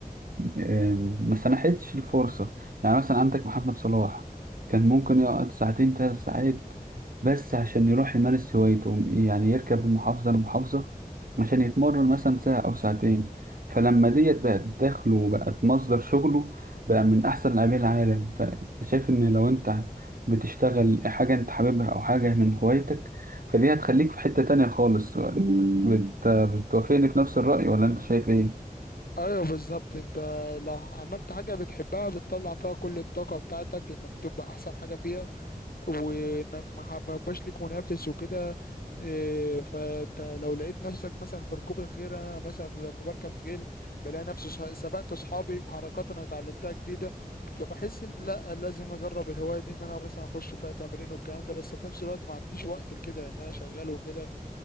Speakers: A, on the right (about 65°); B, on the left (about 70°).
A: آم، ما سنحتش الفرصة يعني مثلا عندك محمد صلاح كان ممكن يقعد ساعتين ثلاث ساعات بس عشان يروح يمارس هوايته يعني يركب من محافظة لمحافظة عشان يتمرن مثلا ساعة أو ساعتين فلما ديت بقت دخله وبقت مصدر شغله بقى من أحسن لاعبين العالم فشايف إن لو أنت بتشتغل حاجة أنت حاببها أو حاجة من هوايتك فدي هتخليك في حتة تانية خالص بت... بتوافقني في نفس الرأي ولا أنت شايف إيه؟
B: ايوه بالظبط انت لو عملت حاجة بتحبها بتطلع فيها كل الطاقة بتاعتك انك تبقى احسن حاجة فيها وانك ما ح- ما يبقاش ليك منافس وكده إيه، فانت لو لقيت نفسك مثلا في ركوب الخيل انا مثلا لما بركب خيل بلاقي نفسي صح- سبقت اصحابي في حركات انا اتعلمتها جديدة فبحس ان لا لازم اجرب الهواية دي ان انا مثلا اخش فيها تمرين والكلام ده بس في نفس الوقت ما عنديش وقت لكده لان انا شغال وكده